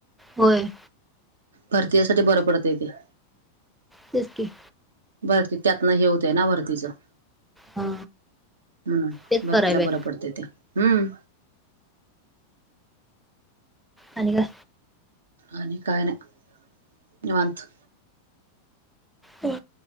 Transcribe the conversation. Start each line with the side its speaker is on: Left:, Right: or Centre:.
Centre: होय.
Right: भरतीयसाठी बरं पडतय ते.
Centre: तेच की.
Right: भरती त्यातनं हे होतय ना भरतीचं.
Centre: हा
Right: म्हणून
Centre: तेच
Right: भरतीला
Centre: कराय बाई
Right: बरं पडतय ते हम्म.
Centre: आणि काय?
Right: आणि काय नाही निवांत.
Centre: ह